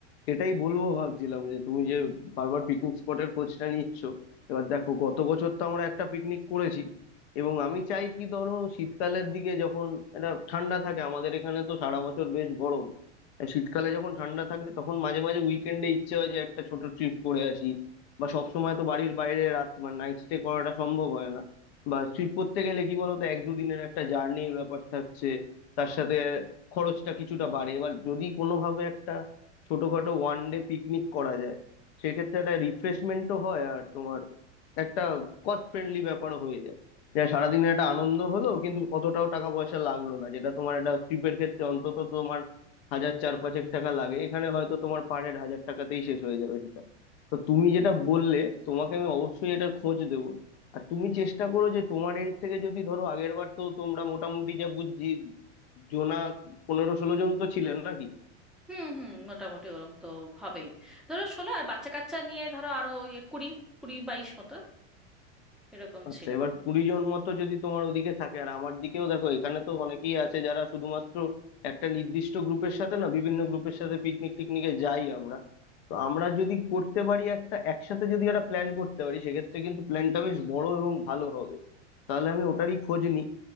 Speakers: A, on the left; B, in the centre.
A: এটাই বলবো ভাবছিলাম যে তুমি যে বারবার পিকনিক স্পটের খোঁজটা নিচ্ছ এবার দেখো গত বছর তো আমরা একটা পিকনিক করেছি এবং আমি চাই কি ধরো শীতকালের দিকে যখন এটা ঠান্ডা থাকে আমাদের এখানে তো সারা বছর বেশ গরম আর শীতকালে যখন ঠান্ডা থাকে তখন মাঝে মাঝে উইকেন্ডে ইচ্ছে হয় যে একটা ছোট ট্রিপ করে আসি বা সব সময় তো বাড়ির বাইরে রাত মানে নাইট স্টে করাটা সম্ভব হয় না বা ট্রিপ করতে গেলে কি বলতো এক দুদিনের একটা জার্নির ব্যাপার থাকছে তার সাথে খরচটা কিছুটা বাড়ে এবার যদি কোনোভাবে একটা ছোটখাটো ওয়ান ডে পিকনিক করা যায় সেক্ষেত্রে একটা রিফ্রেশমেন্টও হয় আর তোমার একটা কস্ট ফ্রেন্ডলি ব্যাপারও হয়ে যায় যে সারাদিনের একটা আনন্দ হলো কিন্তু অতটাও টাকা পয়সা লাগলো না যেটা তোমার একটা ট্রিপের ক্ষেত্রে অন্তত তোমার হাজার চার পাঁচেক টাকা লাগে এখানে হয়তো তোমার পার হেড হাজার টাকাতেই শেষ হয়ে যাবে সেটা তো তুমি যেটা বললে তোমাকে আমি অবশ্যই এটার খোঁজ দেবো আর তুমি চেষ্টা করো যে তোমার এন্ড থেকে যদি ধরো আগের বার তো তোমরা মোটামুটি যা বুঝছি জোনা পনেরো ষোলো জন তো ছিলেন নাকি
B: হুম হুম মোটামুটি ওরম তো হবেই ধরো ষোলো আর বাচ্চা কাচ্চা নিয়ে ধরো আরো ইয়ে কুড়ি কুড়ি বাইশ মতো এরকম
A: আচ্ছা
B: ছিল
A: এবার কুড়ি জন মতো যদি তোমার ওদিকে থাকে আর আমার দিকেও দেখো এখানে তো অনেকেই আছে যারা শুধুমাত্র একটা নির্দিষ্ট গ্রুপের সাথে না বিভিন্ন গ্রুপের সাথে পিকনিক টিকনিকে যাই আমরা তো আমরা যদি করতে পারি একটা একসাথে যদি একটা প্ল্যান করতে পারি সেক্ষেত্রে কিন্তু প্ল্যানটা বেশ বড় এবং ভালো হবে তাহলে আমি ওটারই খোঁজ নিই